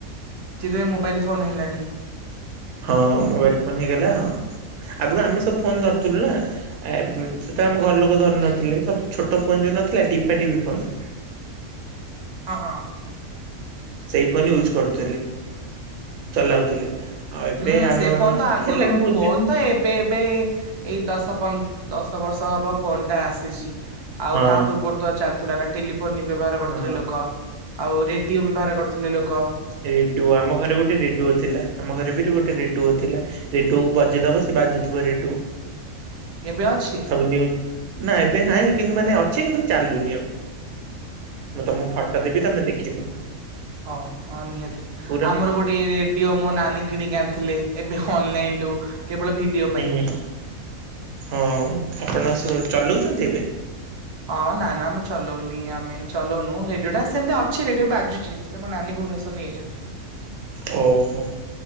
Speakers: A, on the right (about 45°); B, on the right (about 80°).
A: <unintelligible> ମୋବାଇଲ୍ ଫୋନ୍ ହେଲାଣି -
B: ହଁ ମୋବାଇଲ ଫୋନ ହେଇଗଲା ହଁ, ଆଗୁରୁ ଆମେ ସବୁ ଫୋନ ଧରୁଥିଲୁ ନା - ଆ ବ ଉଁ ସେତେବେଳେ ଆମ ଘର ଲୋକ ଧରୁନଥିଲେ ସବୁ ଛୋଟ ଫୋନ ଯୋଉ ନଥିଲା ଟିପାଟିପି ଫୋନ୍।
A: ହଁ ହଁ।
B: ସେଇ ଫୋନ୍ ୟୁଜ କରୁଥିଲେ, ଚଲାଉଥିଲେ। ଆଉ ଏବେ
A: ହୁଁ
B: ଆମ
A: ସେ ଫୋନ ତ ଆଗରୁ
B: ହେଲାଣି ବହୁତ
A: ଫୋନ
B: ଦିନ
A: ତ ଏ ଏବେ ଏବେ ଏଇ ଦଶ ପନ୍ଦ ଦଶ ବର୍ଷ ହବ ଫୋନ ଟା ଆସିଛି - ଆଉ
B: ହଁ
A: ତା ପୂର୍ବରୁ ତ ଚାଲୁଥିଲା ନା ଟେଲିଫୋନ ନି ବ୍ୟବହାର କରୁଥିଲେ
B: ହଁ।
A: ଲୋକ ଆଉ ରେଡିଓ ବ୍ୟବହାର କର - ଥିଲେ ଲୋକ -
B: ରେଡୁଅ, ଆମ ଘରେ ଗୋଟେ ରେଡୁଅ ଥିଲା। ଆମ ଘରେ ବି ରି ଗୋଟେ ରେଡୁଅ ଥିଲା, ରେଡୁଅକୁ ବଜେଇଦବ ସେ ବାଜୁଥିବ ରେଡୁଅ -
A: ଏବେ ଅଛି?
B: <unintelligible> ନା ଏବେ ନାହିଁ କିନ୍ତୁ ମାନେ ଅଛି କିନ୍ତୁ ଚାଲୁନି ଆଉ। ମୁଁ ତମୁକୁ ଫଟ ଦେବି ତମ ଦେଖିବ।
A: ହଁ ହଁ ନିହାତି।
B: ପୁରା
A: ଆମର ଗୋଟେ ରେଡିଓ ମୋ ନାନୀ କିଣିକି ଆଣିଥିଲେ ଏବେ ଅନଲାଇନରୁୁ - କେବଳ ଭିଡିଓ
B: ହୁଁ
A: ପାଇଁ।
B: ହଁ ଆପଣ ସ ଚଲଉଚନ୍ତି ଏବେ?
A: ହଁ ନା ନା ମୁଁ ଚଲଉନି ଆମେ ଚଲଉନୁ ରେଡିଓ ଟା ସେମିତି ଅଛି ରେଡିଓ ବାଜୁଚି - ସେ ଆମ ନାନୀ ଭୁବନେଶ୍ୱର ନେଇଯଛନ୍ତି।
B: ଓହୋ